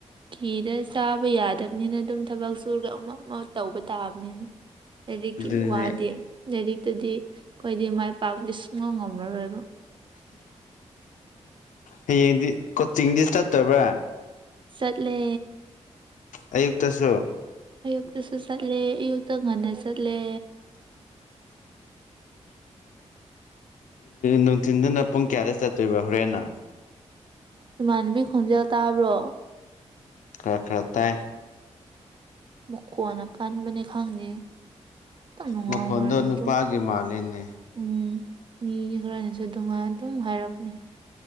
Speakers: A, on the right; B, on the left.
A: ꯐꯤꯗ ꯆꯥꯕ ꯌꯥꯗꯕꯅꯤꯅ ꯑꯗꯨꯝ ꯊꯕꯛ ꯁꯨꯔꯒ ꯑꯃ ꯑꯃ ꯇꯧꯕ ꯇꯥꯕꯅꯤꯅ ꯂꯥꯏꯔꯤꯛꯀꯤ
B: ꯑꯗꯨꯅꯦ
A: ꯋꯥꯗꯤ ꯂꯥꯏꯔꯤꯛꯇꯗꯤ ꯑꯩꯈꯣꯏꯗꯤ ꯃꯥꯏ ꯄꯥꯛꯄꯗꯤ ꯁꯨꯡꯉꯝ ꯉꯝꯃꯔꯣꯏꯕ
B: ꯍꯌꯦꯡꯗꯤ ꯀꯣꯆꯤꯡꯗꯤ ꯆꯠꯇꯕ꯭ꯔꯥ
A: ꯆꯠꯂꯦ
B: ꯑꯌꯨꯛꯇꯁꯨ
A: ꯑꯌꯨꯛꯇꯁꯨ ꯆꯠꯂꯦ ꯑꯌꯨꯛꯇ ꯉꯟꯅ ꯆꯠꯂꯦ
B: ꯅꯨꯡꯊꯤꯟꯗꯨꯅ ꯄꯨꯡ ꯀꯌꯥꯗ ꯆꯠꯇꯣꯏꯕ ꯍꯣꯔꯦꯟꯟꯅ
A: ꯏꯃꯥꯟꯅꯕꯤ ꯈꯣꯟꯖꯦꯜ ꯇꯥꯕ꯭ꯔꯣ
B: ꯈꯔ ꯈꯔ ꯇꯥꯏ
A: ꯃꯈꯣꯟꯅ ꯀꯟꯕꯅꯦ ꯈꯪꯗꯦ ꯇꯞꯅ ꯉꯥꯡꯉꯣ
B: ꯃꯈꯣꯟꯗꯣ
A: ꯍꯥꯏꯔꯗꯤ
B: ꯅꯨꯄꯥꯒꯤ
A: ꯑꯗꯨꯝ
B: ꯃꯥꯜꯂꯤꯅꯦ
A: ꯎꯝ ꯃꯤ ꯈꯔꯅꯁꯨ ꯑꯗꯨꯝ ꯑꯗꯨꯝ ꯍꯥꯏꯔꯛꯕꯅꯦ